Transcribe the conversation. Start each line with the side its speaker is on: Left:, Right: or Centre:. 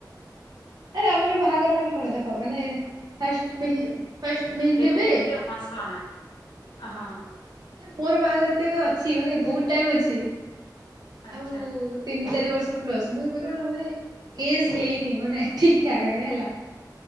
Right: ଆରେ ଆମର ବାହାଘର ମାନେ କଣ ଦେଖ ମାନେ ଫାଷ୍ଟ ମ
Left: ଏ-
Right: ଫାଷ୍ଟ ମେହେନ୍ଦି
Left: ଏଥିରେ
Right: ହୁଏ
Left: ଏତେ ହସନା ହଁ
Right: ମୋର ବାହାଘର ତ ଏବେ ଅଛି ମାନେ ବହୁତ ଟାଇମ ଅଛି।
Left: ଆଚ୍ଛା
Right: ଆଉ ତିନି, ଚାରି ବର୍ଷ ସେ ପ୍ଲସ୍ ମୁଇଁ ଏବେ କଣ ମାନେ ଏଜ୍ ହେଇନି ମାନେ ଠିକ୍ ଠାକ୍ ଏବେ ହେଲା।